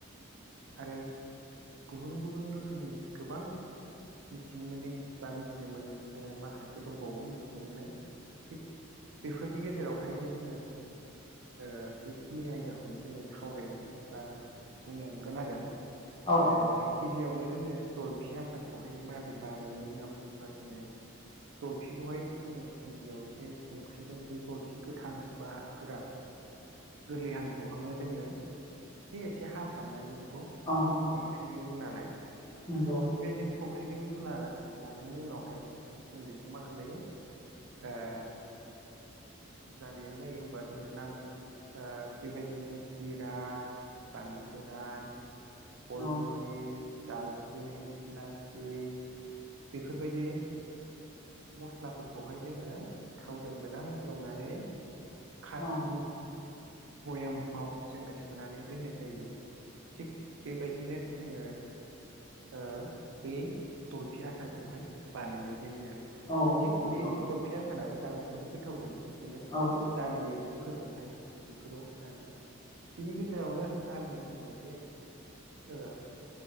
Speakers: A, on the right; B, on the left.
A: आरो गुबुन गुबुन रोखोमनि गोबां मिथिनो मोनै बा मिथिनो मोन ओ माखासे दंबावो मिथिनो मोननाय थिग बेफोरनि गेजेरावहायनो जोङो ओ बेखिनि आयदाखौनो जोङो सावरायगोन। बा बुंलांगोन आरो ओ
B: औ
A: दा गिबियावनो जोङो जलफि आसारखौहाय माबोरै बानायो होननानै बुङोब्ला जोङो जलफिखौहाय जोङो गिबियाव एसे संख्रिजों बे जलफि गोथां बा गोरा गोरलै हांखुखौनो जोङो एसे एसे हाफ्रामनानै बेखौ
B: औ
A: संख्रिजों रुना लायो।
B: नंगौ।
A: बेबायदिनो संख्रिजों लानायनि उनावहाय जों बेखौ मा खालायो ओ जेब्ला बेयो जायो अब्ला जोङो नां ओ बेबायदिनो जिरा बानलु गोरान गलमरिस
B: औ
A: दालसिं खलासि बेफोरबायदि मस्लाफोरखौहाय जोङो थावजों मोजां एवनानै खासनि
B: औ
A: भयामाव जोङो सोनानै दोननाय जायो। थिग बेबायदिनो जोङो ओ बे जलफि आसारखौहाय बानायनाय जायो आरो।
B: नंगौ औ
A: थिग
B: नंगौ
A: बे जलफि आसाराबो जानो जोबोद गोथाव जायो बिदिनो
B: औ नंगौ
A: दालि ओंख्रिफोरजोंहाय बेफोराव जाग्रा बिनि गेजेरावनो आं मोनसे ओ